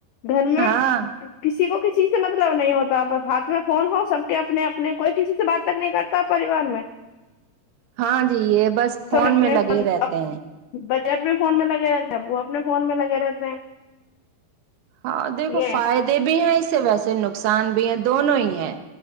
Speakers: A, on the left; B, on the right.
A: گھر میں
B: ہاں
A: کسی کو کسی سے مطلب نہیں ہوتا بس ہاتھ میں فون ہو سب کے اپنے اپنے کوئی کسی سے بات تک نہیں کرتا پریوار میں
B: ہاں جی یہ بس
A: سب اپنے
B: میں لگے
A: فون
B: رہتے ہیں
A: بچے اپنے فون میں لگے رہتے ہیں وہ اپنے فون میں لگے رہتے ہیں
B: ہاں دیکھو
A: یہ
B: فائدے
A: ہے۔
B: بھی ہیں اس سے ویسے نقصان بھی ہے دونوں ہی ہیں